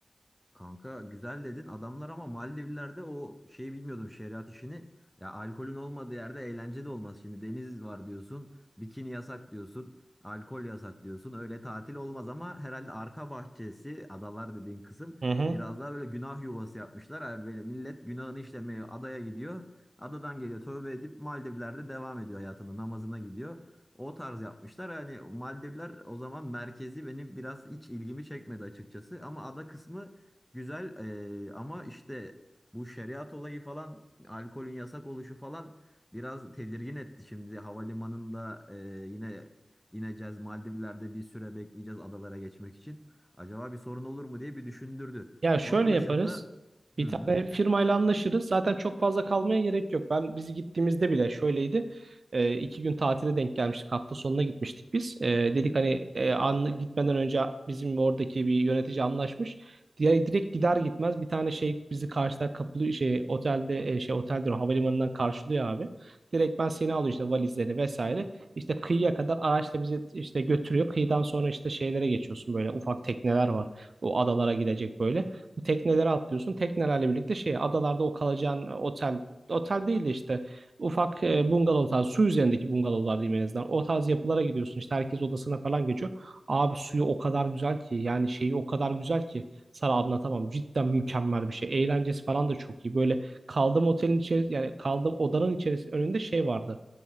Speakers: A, in the centre; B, on the right (about 65°).
A: Kanka güzel dedin adamlar ama Maldivler'de o şeyi bilmiyordum şeriat işini. Ya alkolün olmadığı yerde eğlence de olmaz. Şimdi deniz var diyorsun, bikini yasak diyorsun, alkol yasak diyorsun. Öyle tatil olmaz ama herhalde arka bahçesi, adalar dediğin kısım
B: Hı hı.
A: biraz daha böyle günah yuvası yapmışlar. Yani böyle millet günahını işlemeye adaya gidiyor. Adadan geliyor tövbe edip Maldivler'de devam ediyor hayatına, namazına gidiyor. O tarz yapmışlar. Yani Maldivler o zaman merkezi benim biraz hiç ilgimi çekmedi açıkçası. Ama ada kısmı Güzel eee, ama işte bu şeriat olayı falan alkolün yasak oluşu falan biraz tedirgin etti. Şimdi havalimanında eee, yine ineceğiz Maldivler'de bir süre bekleyeceğiz adalara geçmek için. Acaba bir sorun olur mu diye bir düşündürdü.
B: Ya şöyle
A: Onun
B: yaparız.
A: dışında
B: Bir
A: hı,
B: tane firmayla anlaşırız. Zaten çok fazla kalmaya gerek yok. Ben biz gittiğimizde bile şöyleydi. E, iki gün tatile denk gelmiştik. Hafta sonuna gitmiştik biz. E, dedik hani e, an, gitmeden önce bizim oradaki bir yönetici anlaşmış. Diye direkt gider gitmez bir tane şey bizi karşıdan kapılı şey otelde e, şey oteldir o, havalimanından karşılıyor abi. Direkt ben seni alıyor işte valizleri vesaire. İşte kıyıya kadar araçla bizi işte götürüyor. Kıyıdan sonra işte şeylere geçiyorsun böyle ufak tekneler var o adalara gidecek böyle. Bu teknelere atlıyorsun. Teknelerle birlikte şey adalarda o kalacağın e, otel otel değil de işte ufak e, bungalov tarzı su üzerindeki bungalovlar diyeyim en azından. O tarz yapılara gidiyorsun. İşte herkes odasına falan geçiyor. Abi suyu o kadar güzel ki yani şeyi o kadar güzel ki sana anlatamam. Cidden mükemmel bir şey. Eğlencesi falan da çok iyi. Böyle kaldığım otelin içeri yani kaldığım odanın içerisinde önünde şey vardı